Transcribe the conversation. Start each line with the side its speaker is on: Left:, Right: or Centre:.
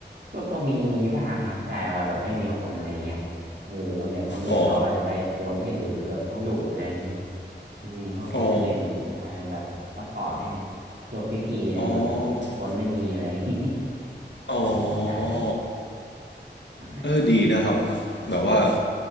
Right: ก็ก็มีมีบ้างครับใช่เวลาแบบไม่มีคนอะไรเงี้ยเออก็แบบคนอื่นเขาอาจจะไปปนที่อื่นหรือแบบเขาหยุดอะไรอย่างนี้
Left: อ๋อ
Right: อืมก็ก็ไปเล่นใช่เป็นแบบซัพพอร์ตให้
Left: อ๋อ
Right: โลกพี่ๆเผื่อแบบไม่พ้นไม่มีอะไรอย่างงี้
Left: อ๋อ
Right: <laughs>
Left: อ๋อ
Right: ใช่ใช่ใช่
Left: เออดีนะครับ
Right: ใช่
Left: แบบว่า